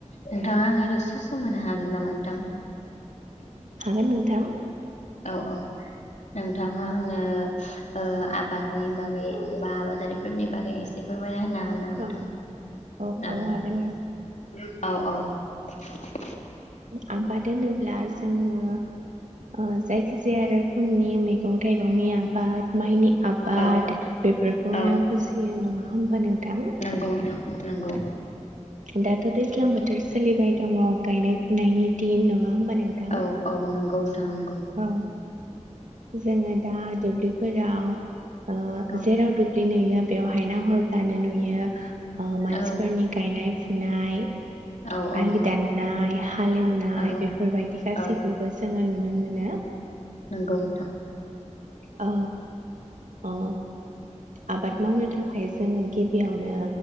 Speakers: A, on the left (about 75°); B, on the right (about 90°).
A: नों दां आङो दसे सम होनो हागोन नामा नोंथां
B: हागोन नोंथां
A: औ औ नोंथाङा आंनो आबादनि बागै बा आबादारिफोरनि बागै एसे फोरमायना होनो हागोन
B: औ
A: हागोन
B: औ
A: नामा
B: औ
A: नोंथां
B: हागोन
A: औ औ औ
B: आबाद होनोब्ला होनोब्ला जोङो जायखिजाया रोखोमनि मैगं थाइगंनि आबाद माइनि आबाद
A: औ
B: बेफोरखौनो
A: औ
B: बुजियो नङा होमबा नोंथां
A: नंगौ नोंथां नंगौ
B: दाथ' दैज्लां बोथोर सोलिबाय दङ गायनाय फुनायनि दिन नङा होमबा नोंथां
A: औ औ नंगौ नोंथां नंगौ
B: औ जोङो दा दुब्लिफोराव ओ
A: औ
B: जेराव दुब्लि नुयो बेयाव नायहबानो नुयो मानसिफोरनि
A: औ
B: गायनाय फुनाय
A: औ औ
B: आलि दाननाय हालेवनाय
A: औ
B: बेफोरबायदि गासैखौबो
A: औ
B: जों नुनो मानो
A: नंगौ नोंथां
B: औ ओ आबाद मावनो थाखाय जोङो गिबियावनो